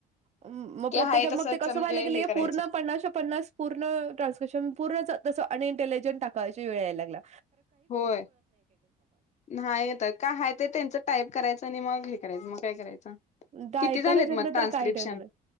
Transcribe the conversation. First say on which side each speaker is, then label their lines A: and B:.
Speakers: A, on the right (about 40°); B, on the left (about 40°).
A: मग
B: की
A: प्रत्येक
B: हाय तसंच
A: मग ते कसं
B: म्हणजे
A: व्हायला लागलंय
B: हे करायचं
A: पूर्ण पन्नासच्या पन्नास पूर्ण ट्रान्स्क्रिप्शन पूर्णच तसं अनिंतेलिजेन्ट टाकायची वेळ यायला लागल्या.
B: होय नाहीेत का आहे ते त्यांच टाईप करायच आणि मग करायचं मग करायचं.
A: आता
B: किती
A: ऐकायलाच
B: झालेत
A: येत
B: मग
A: नाही
B: ट्रान्स्क्रिप्शन
A: तर काय टाईप होणार.